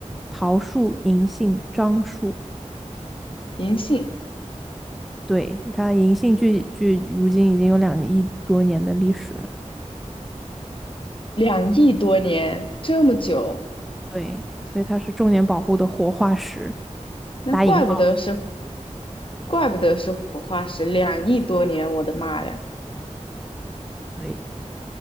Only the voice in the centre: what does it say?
桃树、银杏、樟树。
对，它银杏距距如今已经有两亿多年的历史了。
对，所以它是重点保护的活化石，
打引号。
对，